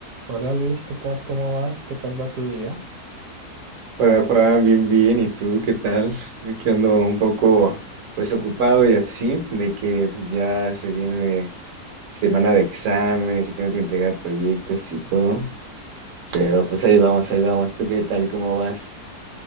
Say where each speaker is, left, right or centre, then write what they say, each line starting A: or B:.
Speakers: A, on the right; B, on the right.
A: Hola Luis, ¿qué tal? ¿Cómo vas? ¿Qué tal va tu día?
B: Hola Juan, bien, bien. ¿Y tú qué tal? Yo que ando un poco pues ocupado y así, de que ya se viene semana de exámenes y tengo que entregar proyectos y todo. Pero pues ahí vamos, ahí vamos. ¿Tú qué tal? ¿Cómo vas?